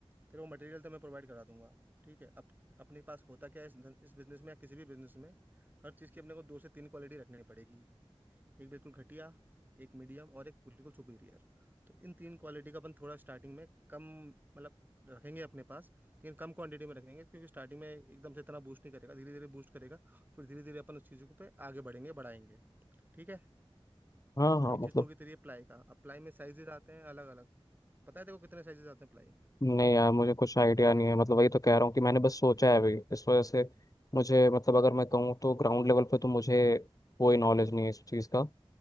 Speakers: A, on the right (about 15°); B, on the left (about 35°).
A: तेरे को मटेरियल तो मैं प्रोवाइड करा दूंगा ठीक है अब अपने पास होता क्या है इस, धन- इस बिजनेस में या किसी भी बिजनेस में हर चीज़ की अपने को दो से तीन क्वालिटी रखनी पड़ेगी एक बिल्कुल घटिया एक मीडियम और एक बिल्कुल सुपीरियर तो इन तीन क्वालिटी का अपन थोड़ा स्टार्टिंग में कम मतलब रखेंगे अपने पास लेकिन कम क्वांटिटी में रखेंगे क्योंकि स्टार्टिंग में एकदम से इतना बूस्ट नहीं करेगा धीरे धीरे बूस्ट करेगा फिर धीरे धीरे अपन उस चीज़ों को पे आगे बढ़ेंगे बढ़ाएंगे ठीक है
B: हाँ हाँ
A: एक
B: मतलब
A: चीज तो होगी तेरी प्लाई का अब प्लाई में साइजेस आते हैं अलग अलग पता है तेरे को कितने साइजेस आते हैं प्लाई में
B: नहीं यार मुझे कुछ आइडिया नहीं है मतलब वही तो कह रहा हूँ कि मैंने बस सोचा है अभी इस वजह से मुझे मतलब अगर मैं कहूँ तो ग्राउंड लेवल पे तो मुझे कोई नॉलेज नहीं है इस चीज़ का